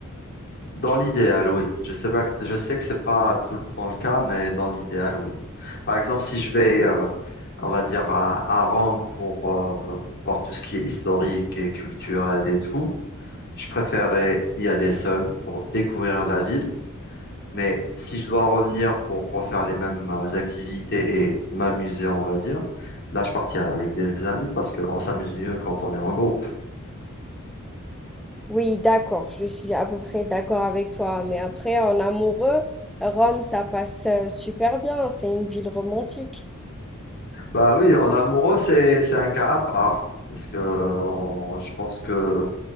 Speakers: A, on the left; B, in the centre.
A: Dans l'idéal, oui. Je sais pas, je sais que c'est pas tout le temps le cas, mais dans l'idéal, oui. Par exemple, si je vais, euh, on va dire, à, à Rome pour euh, voir tout ce qui est historique et culturel et tout. Je préférais y aller seul pour découvrir la ville. Mais si je dois revenir pour refaire les mêmes euh, activités et m'amuser, on va dire, là, je partirai avec des amis parce qu'on s'amuse mieux quand on est en groupe.
B: Oui, d'accord. Je suis à peu près d'accord avec toi. Mais après, en amoureux, Rome, ça passe euh, super bien. C'est une ville romantique.
A: Bah oui, en amoureux, c'est, c'est un cas à part. Parce que on- je pense que